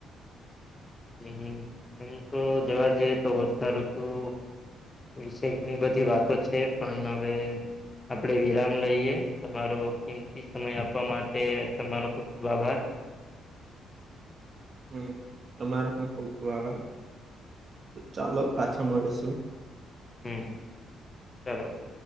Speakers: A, on the left; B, on the right.
A: હમ, એમ તો જવા જઈએ તો, વર્ષાઋતુ વિશે એટલી વાતો છે પણ હવે આપડે વિરામ લઈએ, તમારો કિંમતી સમય આપવા માટે તમારો ખુબ ખુબ આભાર!
B: હમ, <unintelligible> તમારો ખુબ ખૂબ આભાર ચાલો પાછા મળીશુ.
A: હમ ચાલો!